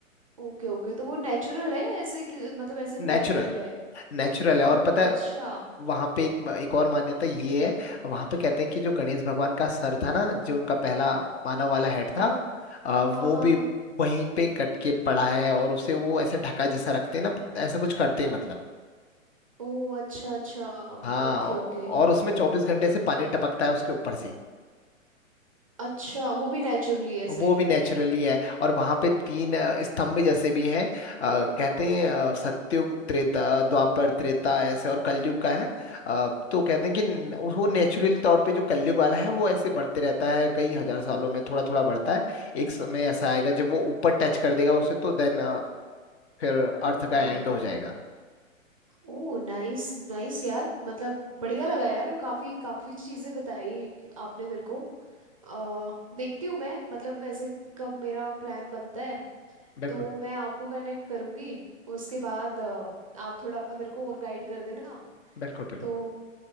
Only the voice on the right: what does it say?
ओके ओके तो वो नेचुरल है ऐसे कि मतलब ऐसे मैन
मेड है
प्रॉप
अच्छा
हाँ
हाँ हाँ
हाँ
ओ अच्छा अच्छा
Okay
okay
अच्छा वो भी नेचुरली ऐसे
न-
ओ नाइस नाइस यार मतलब बढ़िया लगा यार काफी काफी चीजें बताई आपने मेरे को आ, देखती हूँ मैं मतलब वैसे कब मेरा प्लान बनता है
तो मैं आपको कनेक्ट करूंगी उसके बाद अ, आप थोड़ा मेरे को और गाइड कर देना
तो